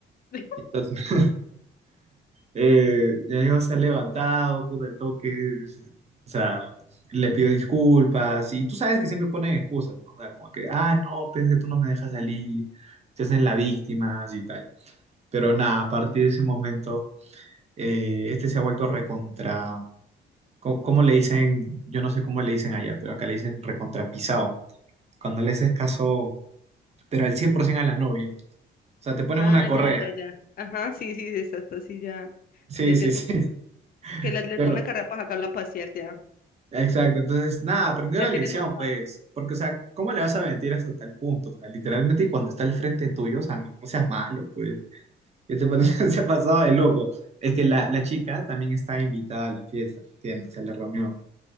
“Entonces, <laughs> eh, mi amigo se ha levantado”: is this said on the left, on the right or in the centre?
Right